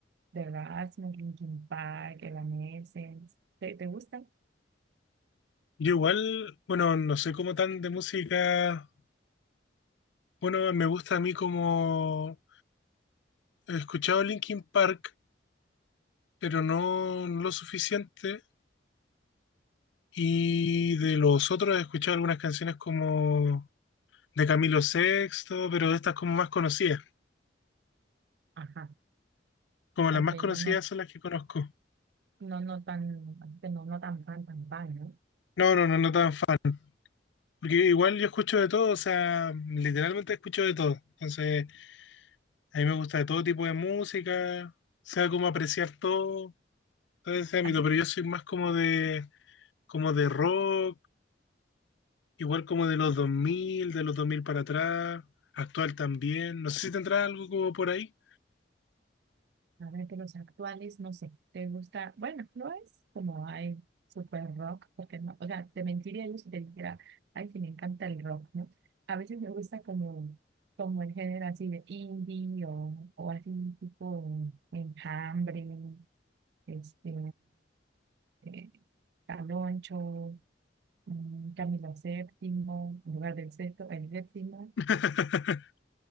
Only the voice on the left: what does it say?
yo igual, bueno, no soy como tan de música. Bueno, me gusta a mí como He escuchado Linkin Park, pero no, no lo suficiente. Y de los otros he escuchado algunas canciones como de Camilo Sexto, pero estas como más conocidas.
Como las
más conocidas
son las que conozco.
No, no, no, no tan fan. Porque igual yo escucho de todo, o sea, literalmente escucho de todo. Entonces, a mí me gusta de todo tipo de música, sea como apreciar todo, todo ese ámbito,
pero yo soy más como de, como de rock Igual como de los 2000 de los dos mil para atrás, actual también. No sé si tendrá algo como por ahí.
<laughs>